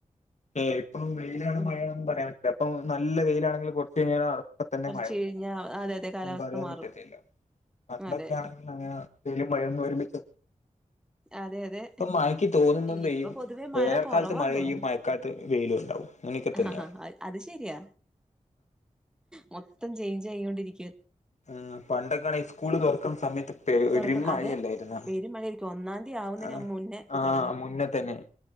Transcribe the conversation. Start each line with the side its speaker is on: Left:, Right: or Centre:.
Left: ഏഹ് ഇപ്പം വെയിലാണ്
Centre: ഉം
Left: മഴയാണൊന്നും പറയാൻ പറ്റില്ല ഇപ്പൊ നല്ല വെയിലാണെങ്കില് കൊറച്ചഴിഞ്ഞാൽ അ പ്പതന്നെ
Centre: കുറച്ച്
Left: മഴപെയ്യും
Centre: കഴിഞ്ഞാ അതെ അതെ കാലാവസ്ഥ
Left: ഒന്ന്പറയാൻ
Centre: മാറും
Left: പറ്റത്തില്ല. പണ്ടൊക്കെ
Centre: അതെ
Left: ആണെങ്കിൽ അങ്ങന വെയിലും മഴയൊന്നൊരുമിച്ച്
Centre: അതെ അതെ
Left: ഇപ്പ മഴക്ക് തോന്നുമ്പ പെയ്യും
Centre: ഇപ്പൊ പൊതുവേ
Left: വേനൽക്കാലത്ത്
Centre: മഴ കുറവാന്ന്
Left: മഴ
Centre: തോന്നുന്നു
Left: പെയ്യും മ വെയിലുണ്ടാവും അങ്ങനൊക്കെ
Centre: ആഹ്
Left: തന്നെയാണ്.
Centre: അത് ശരിയാ മൊത്തം ചേയ്ഞ്ച് ആയിക്കൊണ്ടിരി
Left: ആഹ് പണ്ടൊക്കാണി ഇസ്കൂള് തുറക്കുന്ന സമയത്ത് പെരു
Centre: തുറക്ക
Left: മഴല്ലായിരുന്നോ?
Centre: അതെ പെരും മഴയായിരിക്കും ഒന്നാം തീയതി ആവുന്നതിന്
Left: ആഹ്
Centre: മുന്നേ
Left: ആഹ്
Centre: തുടങ്ങും
Left: മുന്നേ തന്നെ.